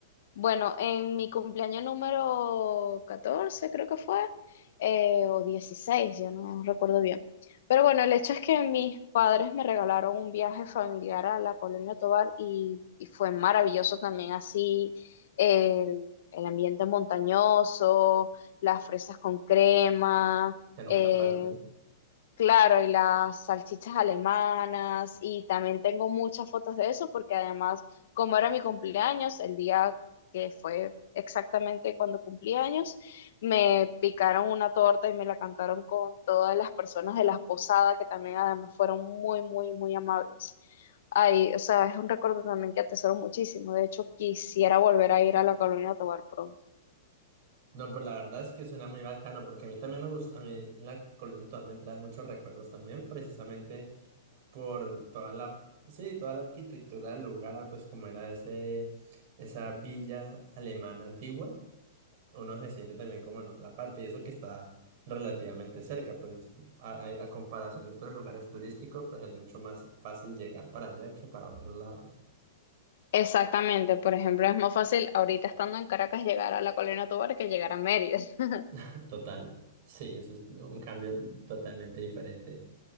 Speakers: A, on the left; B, on the right.
A: Bueno, en mi cumpleaños número 14 creo que fue, eh, o 16, ya no recuerdo bien. Pero bueno, el hecho es que mis padres me regalaron un viaje familiar a la Colonia Tovar y, y fue maravilloso también así el, el ambiente montañoso, las fresas con crema,
B: que nunca
A: eh,
B: falten.
A: Claro, y las salchichas alemanas, y también tengo muchas fotos de eso, porque además, como era mi cumpleaños, el día que fue exactamente cuando cumplí años, me picaron una torta y me la cantaron con todas las personas de las posadas, que también además fueron muy, muy, muy amables. Ay, o sea, es un recuerdo también que atesoro muchísimo. De hecho, quisiera volver a ir a la Colonia Tovar pronto.
B: No, pero la verdad es que suena muy bacano, porque a mí también me gusta, a mí la colonia total me trae muchos recuerdos también, precisamente por toda la, sí, toda la arquitectura del lugar, pues como era ese, esa villa alemana antigua. uno se siente también como en otra parte, y eso que está relativamente cerca, pues a, a- a comparación de otros lugares turísticos, pues es mucho más fácil llegar para allá que para otros lados.
A: Exactamente, por ejemplo, es más fácil ahorita estando en Caracas llegar a la Colina Tovar que llegar a Mérida. <laughs>
B: <laughs> Total, sí, eso es un cambio totalmente diferente.